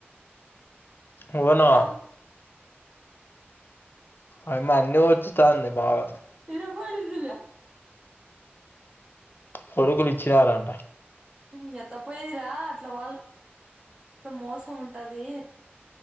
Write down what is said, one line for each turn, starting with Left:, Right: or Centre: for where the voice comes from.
Left: ఎవన్వా
Right: ఆ
Left: అయ్ మంది వచ్చుతాంది బాగా
Right: ఇన కోడుదిల్ల
Left: కొడుకులు ఇచ్చినారంట
Right: ఊ ఎత్తపోయదిరా అట్లా వాళ్ళు మోసం ఉంటది